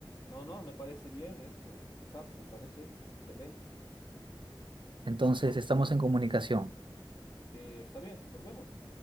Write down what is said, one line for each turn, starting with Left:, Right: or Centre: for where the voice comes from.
Left: No, no, me parece bien este, Asaf, me parece excelente.
Right: Entonces estamos en comunicación.
Left: Eh, está bien, nos vemos.